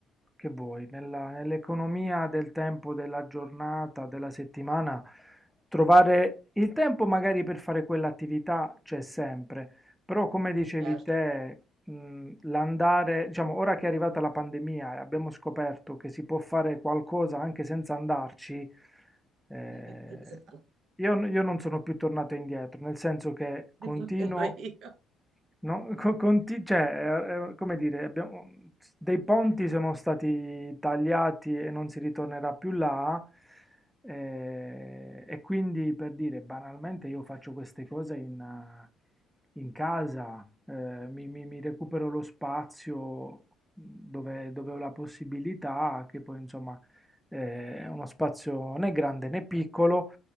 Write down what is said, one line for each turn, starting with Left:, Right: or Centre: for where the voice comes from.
Centre: che vuoi, nella- nell'economia del tempo, della giornata, della settimana. Trovare il tempo magari per fare quell'attività c'è sempre, però come dicevi
Right: Certo.
Centre: te, mh, l'andare, diciamo, ora che è arrivata la pandemia e abbiamo scoperto che si può fare qualcosa anche senza andarci, eh,
Right: <laughs> Esatto.
Centre: io, io non sono più tornato indietro, nel senso che continuo
Right: <laughs> Io.
Centre: No, co- conti- cioè, eh, eh, come dire, abbiamo- dei ponti sono stati tagliati e non si ritornerà più là, eh, e quindi per dire, banalmente io faccio queste cose in, eh, in casa, eh, mi, mi- mi recupero lo spazio dove, dove ho la possibilità, che poi insomma eh, è uno spazio né grande né piccolo,